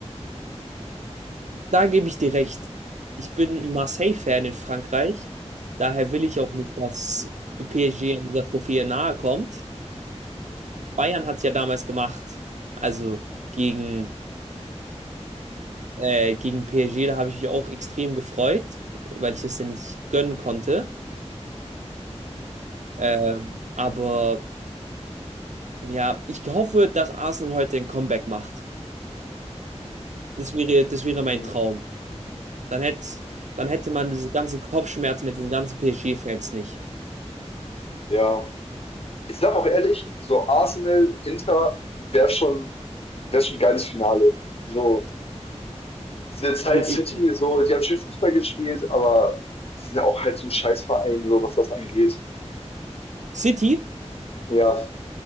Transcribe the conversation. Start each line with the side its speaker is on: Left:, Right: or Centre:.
Right: Da gebe ich dir recht. Ich bin ein Marseille-Fan in Frankreich. Daher will ich auch nicht, dass PSG an dieser Trophäe nahe kommt. Bayern hat es ja damals gemacht. Also gegen, äh, gegen PSG, da habe ich mich auch extrem gefreut, weil ich es denn nicht gönnen konnte. Ähm, aber ja, ich hoffe, dass Arsenal heute ein Comeback macht. Das wäre, das wäre mein
Left: Hm.
Right: Traum. Dann hätte, dann hätte man diese ganzen Kopfschmerzen mit diesen ganzen PSG-Fans nicht.
Left: Ja, ich sag auch ehrlich, so Arsenal, Inter wäre schon, wär schon ein geiles Finale. So, Salt
Right: Wir-
Left: City,
Right: wir-
Left: so, die haben schön Fußball gespielt, aber die sind ja auch halt so ein Scheißverein, so was das angeht.
Right: City
Left: Ja,